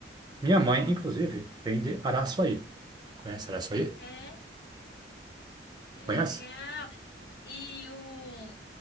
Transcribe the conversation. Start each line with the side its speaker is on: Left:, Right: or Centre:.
Right: Minha mãe, inclusive, vende Araçuaí. Conhece Araçuaí?
Left: É, que legal.
Right: Conhece?
Left: E o